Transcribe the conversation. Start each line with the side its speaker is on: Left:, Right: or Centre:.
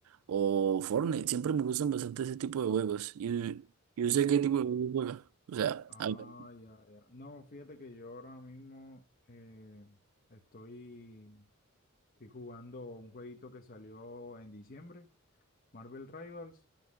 Right: o Fortnite. Siempre me gustan bastante ese tipo de juegos. Y yo sé qué tipo
Left: Ah,
Right: de juegos juega. O sea,
Left: ah,
Right: a ver,
Left: ya, ya. No, fíjate que yo ahora mismo eh, estoy. Estoy jugando un jueguito que salió en diciembre, Marvel Rivals.